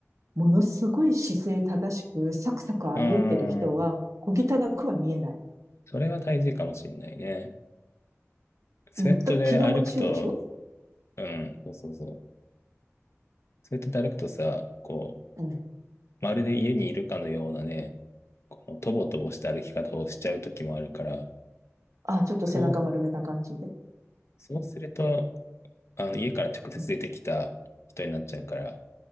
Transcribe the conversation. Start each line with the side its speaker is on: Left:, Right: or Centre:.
Right: ものすごい姿勢正しく、サクサク歩いてる人は、
Left: ああ、
Right: 小汚くは見えない。
Left: それは大事かもしんないね。スウェットで歩くと、
Right: うん。だ気の持ちようでしょ
Left: うん、そうそうそう。スウェットで歩くとさ、こ
Right: うん。
Left: う、まるで家にいるかのようなね、このとぼとぼした歩き方をしちゃう時もあるから、
Right: あ、ちょっと背中丸めた感じで。
Left: そう、そうすると、あの、家から直接出てきた人になっちゃうから、
Right: うん。